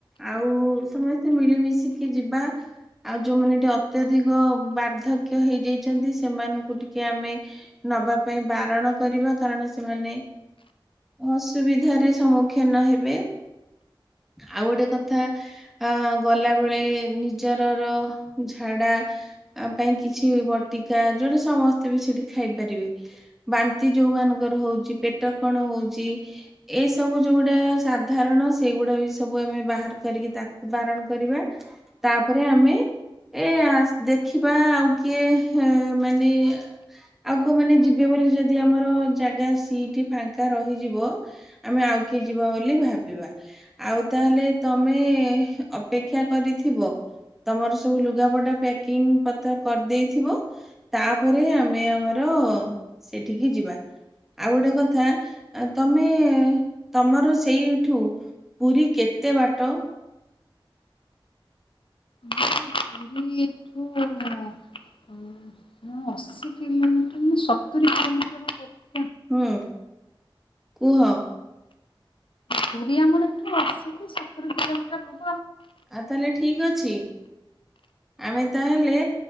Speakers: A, in the centre; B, on the left.
A: ଆଉ ସମସ୍ତେ ମିଳିମିଶିକି ଯିବା ଆଉ ଯୋଉମାନେ ଟିକେ ଅତ୍ୟଧିକ ବାର୍ଦ୍ଧକ୍ୟ ହେଇଯାଇଛନ୍ତି ସେମାନଙ୍କୁ ଟିକେ ଆମେ ନବା ପାଇଁ ବାରଣ କରିବା କାରଣ ସେମାନେ ଅସୁବିଧାରେ ସମ୍ମୁଖୀନ ହେବେ। ଆଉ ଗୋଟେ କଥା ଆ ଗଲା ବେଳେ ନିଜରର ଝାଡା ଆ ପାଇଁ କିଛି ବଟିକା ଯୋଉଟା ସମସ୍ତେ ବି ସେଠି ଖାଇପାରିବେ। ବାନ୍ତି ଯୋଉ ମାନଙ୍କର ହଉଛି ପେଟ କଣ ହଉଛି ଏଇ ସବୁ ଯୋଉଗୁଡା ସାଧାରଣ ସେଇଗୁଡା ବି ସବୁ ଆମେ ବାହାର କରିକି ତାକୁ ବାରଣ କରିବା। ତାପରେ ଆମେ ଏ ଆସ ଦେଖିବା ଆଉ କିଏ ମାନେ ଆଉ କୋଉ ମାନେ ଯିବେ ବୋଲି ଯଦି ଆମର ଜାଗା ସିଟ ଫାଙ୍କା ରହିଯିବ ଆମେ ଆଉ କିଏ ଯିବା ବୋଲି ଭାବିବା। ଆଉ ତାହେଲେ ତମେ ଅପେକ୍ଷା କରିଥିବ। ତମର ସବୁ ଲୁଗାପଟା ପ୍ୟାକିଂ ପଥ କରିଦେଇଥିବ। ତାପରେ ଆମେ ଆମର ସେଠିକି ଯିବା। ଆଉ ଗୋଟେ କଥା ତମେ ତମର ସେଇଠୁ ପୁରୀ କେତେ ବାଟ?
B: <unintelligible> ହଁ ଅଶୀ କିଲୋମିଟର ନା ସତୁରି। <unintelligible>
A: ହୁଁ କୁହ।
B: ପୁରୀ ଆମର ଏଠୁ ଆସିକି ସତୁରି କିଲୋମିଟର ହଵ।
A: ଆଉ ତାହେଲେ ଠିକ ଅଛି ଆମେ ତାହେଲେ